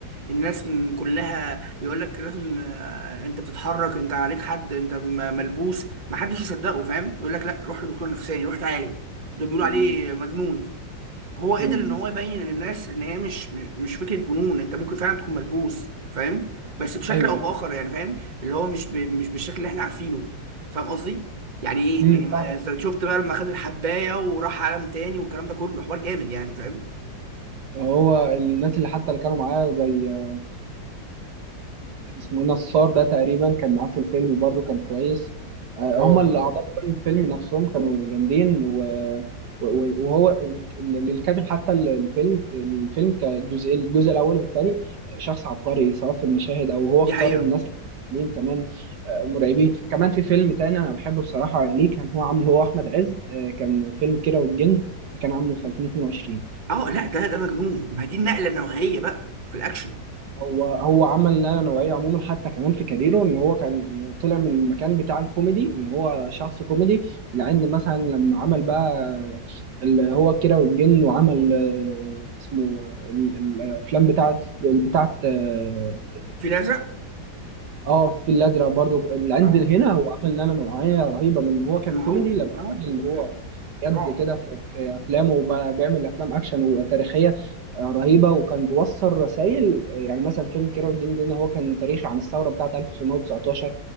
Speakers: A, on the right (about 25°); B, on the right (about 65°).
A: الناس م- كلها بيقول لك لازم آه، انت بتتحرك انت عليك حد انت م- ملبوس ما حدش يصدقه فاهم يقول لك لا روح لدكتور نفساني روح اتعالج دول بيقولوا
B: مم.
A: عليه مجنون هو قدر
B: مم.
A: ان هو يبين للناس ان هي مش م- مش فكره جنون انت ممكن فعلا تكون ملبوس فاهم بس بشكل
B: ايوه
A: او باخر يعني فاهم اللي هو مش ب... مش بالشكل اللي احنا عارفينه فاهم قصدي يعني ايه
B: مم.
A: يعني ما-
B: صح.
A: انت شفت بقى لما خد الحبايه وراح عالم تاني والكلام ده كله حوار جامد يعني فاهم
B: هو الناس اللي حتى اللي كانوا معاه زي آه، اسمه إيه، نصار ده تقريبا كان معاه في الفيلم برضه كان كويس آه،
A: اه
B: هما اللي أعضاء في الفيلم نفسهم كانوا جامدين و... و- وهو اللي كاتب حتى الفيلم الفيلم كجزء الجزء الأول والثاني شخص عبقري سواء في المشاهد أو هو
A: دي
B: اختار
A: حقيقه
B: الناس مين كمان آه، مرعبين كمان في فيلم تاني أنا بحبه بصراحة ليه كان هو عامله هو أحمد عز آه، كان فيلم كيرة والجن اللي كان عامله في 2022
A: اه لا ده ده مجنون ما دي النقله النوعيه بقى في الاكشن
B: هو هو عمل نقله نوعيه عموما حتى كمان في كاريره ان هو كان طلع من المكان بتاع الكوميدي ان هو شخص كوميدي لعند مثلا لما عمل بقى اللي هو كيرة والجن وعمل آه، اسمه آه، ال- الافلام بتاعت بتاعت آه،
A: في الازرق
B: اه في الازرق برضو العند
A: اه
B: هنا مم. هو عمل نقله نوعيه رهيبه من ان هو كان
A: ما
B: كوميدي
A: هو
B: لما
A: اه
B: الراجل اللي هو جد
A: رعب
B: كده في في افلامه وبيعمل افلام اكشن وتاريخيه آه، رهيبه وكان بيوصل رسائل آه، يعني مثلا فيلم كيرة والجن ده هو كان تاريخ عن الثوره بتاعه 1919